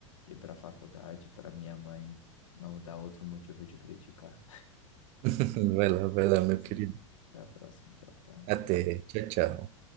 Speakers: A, on the left (about 80°); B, on the right (about 45°).
A: ir para a faculdade para minha mãe não dar outro motivo de criticar.
B: <laughs> Vai lá, vai
A: Tá,
B: lá,
A: tá
B: meu
A: certo.
B: querido.
A: Até a próxima, então, tá?
B: Até.
A: Valeu.
B: Tchau, tchau.